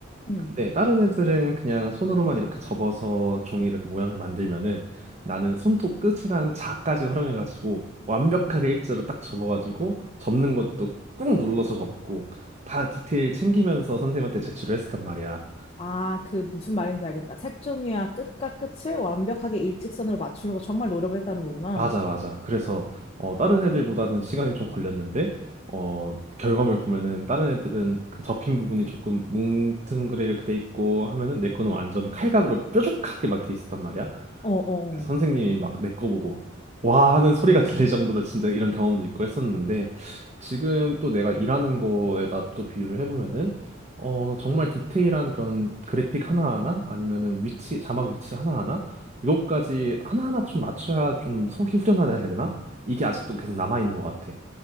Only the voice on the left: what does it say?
응.
아, 그 무슨 말인지 알겠다. 색종이와 끝과 끝을 완벽하게 일직선으로 맞추려고 정말 노력을 했다는 거구나.
어, 어,
어.